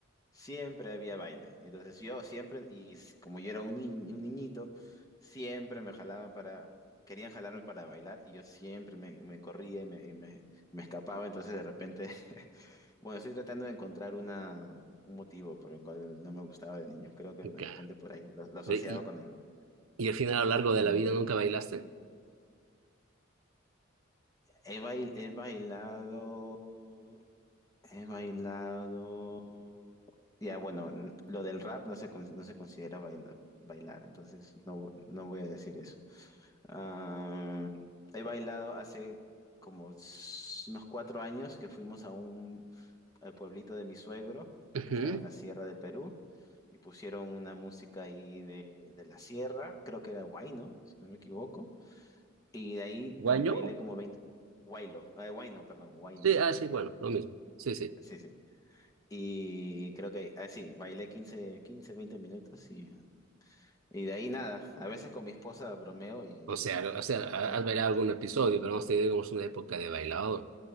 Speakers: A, on the left; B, on the right.
A: siempre había baile. Entonces yo siempre, y s- como yo era un, ni- un niñito, siempre me jalaban para... Querían jalarme para bailar y yo siempre me, me corría y me, y me, me escapaba, entonces de repente Bueno, estoy tratando de encontrar una, un motivo por el cual no me gustaba de niño. Creo que
B: Ok.
A: de repente por ahí lo, lo asociaba
B: Ve, ¿Y,
A: con el,
B: y al final a lo largo
A: con
B: de
A: el
B: la
A: baile.
B: vida nunca bailaste?
A: He, bail- he bailado. He bailado. Ya, bueno, n- lo del rap no se, con- no se considera bail- bailar, entonces no, no voy a decir eso. Ah, he bailado hace como s- unos cuatro años que fuimos a un al pueblito de mi suegro,
B: Ujú.
A: que estaba en la sierra de Perú. y pusieron una música ahí de, de la sierra, creo que era Huayno, si no me equivoco, y de ahí
B: ¿Guañó?
A: que bailé como 20 Huaylo, eh, Huayno, perdón, Huayno,
B: Sí, ah, sí, bueno, lo mismo. Sí, sí.
A: sí, sí, y creo que, ah, sí, bailé 15 15 20 minutos y, y de ahí nada, a veces con mi esposa bromeo y
B: O sea, lo- o sea, ha-
A: me
B: has
A: po-
B: bailado algún episodio, pero hemos tenido digamos, una época de bailador.